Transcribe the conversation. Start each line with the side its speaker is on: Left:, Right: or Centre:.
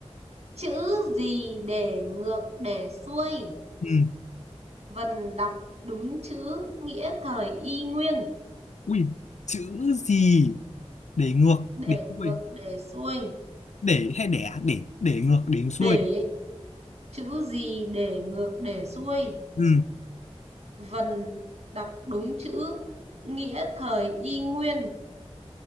Right: chữ gì để ngược để xuôi
Left: ừ.
Right: vần đọc đúng chữ nghĩa thời y nguyên
Left: ui chữ gì để ngược
Right: để
Left: để xuôi
Right: ngược để xuôi
Left: để hay đẻ để để ngược để xuôi
Right: để chữ gì để ngược để xuôi
Left: ừ
Right: vần đọc đúng chữ nghĩa thời y nguyên